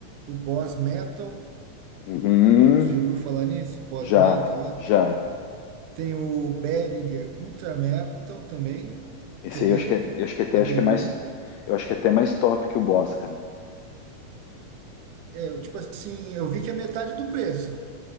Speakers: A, on the right; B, on the left.
A: o Boss Metal,
B: Uhum.
A: você já ouviu falar nisso? Boss
B: Já,
A: Metal lá.
B: já.
A: Tem o Behringer Ultra Metal também,
B: Esse
A: que é bem
B: aí eu acho que, é- eu acho que até
A: abelhudo.
B: acho que é mais, eu acho que é até mais top que o Boss, cara.
A: eu, tipo assim, eu vi que é metade do preço.